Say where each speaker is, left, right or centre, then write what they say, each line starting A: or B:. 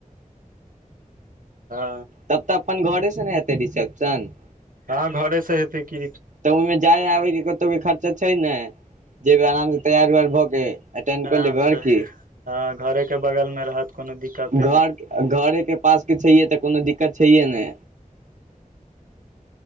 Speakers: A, on the right (about 90°); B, on the right (about 65°).
A: हँ
B: तब तऽ अपन घरे से ने हेतै रिसेप्शन
A: हँ घरेसँ हेतय कि
B: तऽ ओहिमे जाय आबय केँ कतहु भी खर्चा छैक ने जेब आराम से तैयार उयार भऽ केँ एटेंड कय
A: आराम
B: लेबय आर
A: से
B: कि
A: हँ घरे के बगल मे रहत कोनो दिक्कते
B: घर
A: नहि
B: घरे केँ पास कि छैहे तऽ कोनो दिक्कत क छैहे ने